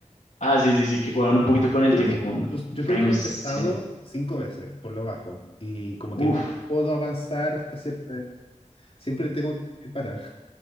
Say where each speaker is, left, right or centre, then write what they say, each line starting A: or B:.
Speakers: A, on the left (about 80°); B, on the left (about 50°).
A: Ah, sí, sí, sí, que juegan un poquito con
B: Yo
A: el
B: creo
A: tiempo,
B: que,
A: con
B: pues, yo
A: frames,
B: creo que la he empezado
A: sí.
B: cinco veces, por lo bajo. Y como que
A: Uf,
B: nunca puedo avanzar hasta cierto. Siempre tengo que parar.